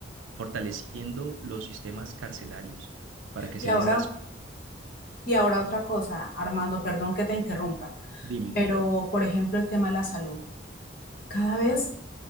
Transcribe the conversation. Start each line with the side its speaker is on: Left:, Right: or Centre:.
Right: fortaleciendo los sistemas carcelarios para que sean
Left: Y ahora,
Right: más...
Left: y ahora otra cosa, Armando, perdón que te interrumpa,
Right: Dime,
Left: pero por ejemplo el tema de la salud. Cada vez